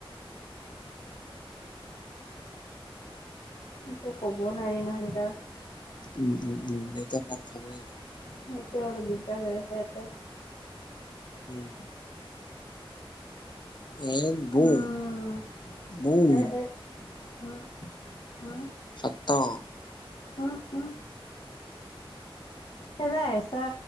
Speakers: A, on the left; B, on the left.
A: একো কবও নোৱাৰি ন সেনেকুৱা।
B: উম উম উম দেউতাই ভাত খাবই আৰু।
A: সেইটো অলপ দিগদাৰ হৈ আছে ইয়াতে।
B: উম' এ বুম
A: উম'
B: বুম
A: এ এ, উম, হম?
B: আত'ত
A: উম উম, খেলা হেচা